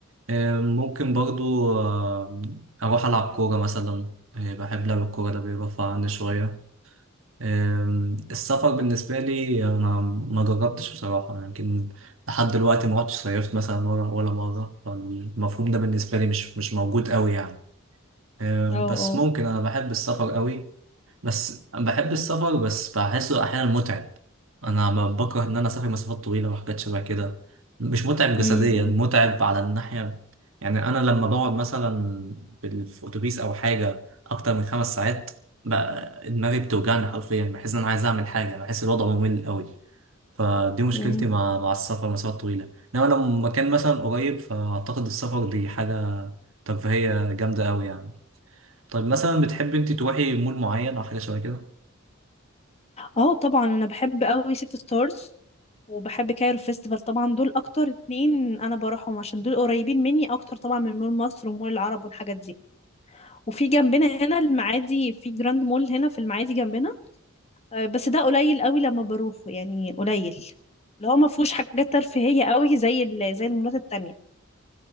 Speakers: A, on the right; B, on the left.
A: آه، ممكن برضو آه، أروح ألعب كورة مثلا آه، بحب لعب الكورة ده بيرفع عني شوية آم، السفر بالنسبة لي أنا ما جربتش بصراحة يمكن لحد دلوقتي ما رحتش صيفت مثلا ولا ولا مرة فالمفهوم ده بالنسبة لي مش مش موجود قوي يعني آم،
B: اه
A: بس
B: اه
A: ممكن أنا بحب السفر قوي بس بحب السفر بس بحسه احيانا متعب انا ما بكره ان انا اسافر مسافات طويله وحاجات شبه كده مش متعب جسديا
B: أمم،
A: متعب على الناحيه يعني انا لما بقعد مثلا بال- في اتوبيس او حاجه اكتر من خمس ساعات بقى دماغي بتوجعني حرفيا بحس ان انا عايز اعمل حاجه بحس الوضع ممل قوي فدي مشكلتي
B: أمم.
A: مع مع السفر مسافات طويله انما لو مكان مثلا قريب فاعتقد السفر دي حاجه ترفيهيه جامده قوي يعني طيب مثلا بتحب انت تروحي مول معين او حاجه شبه كده
B: اه طبعا انا بحب قوي ست ستارز وبحب كايرو فيستيفال طبعا دول اكتر اتنين انا بروحهم عشان دول قريبين مني اكتر طبعا من مول مصر ومول العرب والحاجات دي وفي جنبنا هنا المعادي في جراند مول هنا في المعادي جنبنا آه، بس ده قليل قوي لما بروحه يعني قليل اللي هو ما فيهوش حاجات ترفيهية قوي زي ال- زي المولات التانية